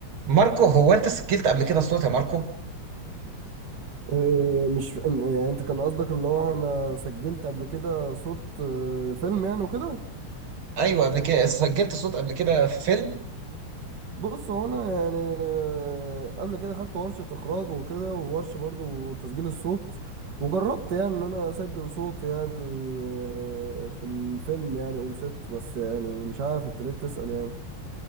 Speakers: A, on the right (about 70°); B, on the right (about 55°).
A: ماركو هو انت سجلت قبل كده صوت يا ماركو
B: إيه، مش يعني انت كان قصدك اللي هو انا سجلت قبل كده صوت آه، فيلم يعني وكده
A: ايوه قبل كده سجلت صوت قبل كده في فيلم
B: بص هو انا يعني آه، قبل كده خدت ورشة اخراج وكده وورشة برضو تسجيل الصوت وجربت يعني ان انا اسجل صوت يعني آه، في الفيلم يعني اون ست بس يعني مش عارف انت ليه بتسأل يعني